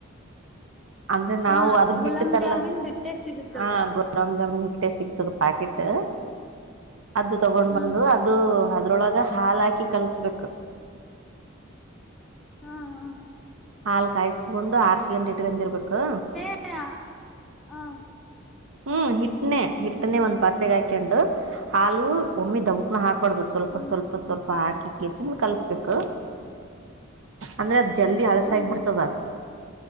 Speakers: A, on the right; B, in the centre.
A: ಅಂದ್ರೆ ನಾವು
B: ಹಾ
A: ಅದ
B: ಗುಲಾಬ್
A: ಇಟ್ಟತಲ್ಲ
B: ಜಾಮೀನ್ ದಿಟ್ಟೆ ಸಿಗುತ್ತದ
A: ಆ ಗೊ ರಾಮ್ ಜಾಮ್ ಹಿಟ್ಟೆ ಸಿಕ್ತದ ಪಾಕಿಟ್ ಅದ್ ತಗೊಂಡ್
B: ಹ್ಮ್
A: ಬಂದು ಅ. ದ್ರು ಅದ್ರೊಳಗ ಹಾಲ್ ಹಾಕಿ ಕಾಲ್ಸ್ಬೇಕು.
B: ಹಾ ಹ
A: ಹಾಲ್ ಕಾಯ್ಸ್ಕೊಂಡು ಆರ್ಶಕೆಂದ್ ಇಟ್ಕಂದ್ದಿರ್ಬೇಕು.
B: ಹಾ.
A: ಹ್ಮ್ ಹಿಟ್ನೆ ಹಿಟ್ಟನಿ ಒಂದ್ ಪಾತ್ರೆಗಕೆಂಡು ಹಾಲು. ಒಮ್ಮಿ ದವುಕ್ನ ಹಾಕಬಾರ್ದು ಸ್ವಲ್ಪ
B: ಹ್ಮ್
A: ಸ್ವಲ್ಪ ಸ್ವಲ್ಪ ಹಾಕಿ. ಸುಮ್ ಕಲಸ್ಬೇಕು. ಅಂದ್ರೆ ಅದ್ ಜಲ್ದಿ ಅಳಿಸಾಗ್ಬಿಡ್ತದ
B: ಹಾ ಹಾ